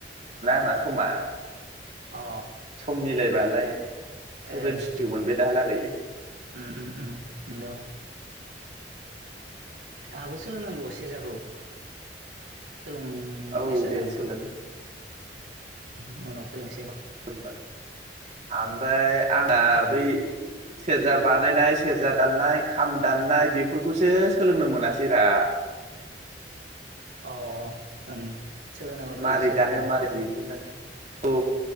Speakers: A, on the right (about 40°); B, on the right (about 80°).
A: मा समा?
B: अ
A: सम मिलायबालाय
B: ए
A: रोंसिगौमोन बे। दालागै।
B: उम उम उम। हेल'। आंहाबो सोलोंनांगौ सेरजाखौ। सोलोंनो
A: औ
B: गोसो
A: दे
B: जादों आं
A: सोलों
B: उम उनाव सोलोंसै
A: <inaudible> आं दा
B: ओ
A: बै सेरजा बानायनाय सेरजा दाननाय खाम दान्नाय बेफोरखौसो सोलोंनो मोनासै रा
B: अ ओंथ सोलोंनांगौथ'
A: मारै
B: इसोरखौबो
A: दानो मारै दिहुनो औ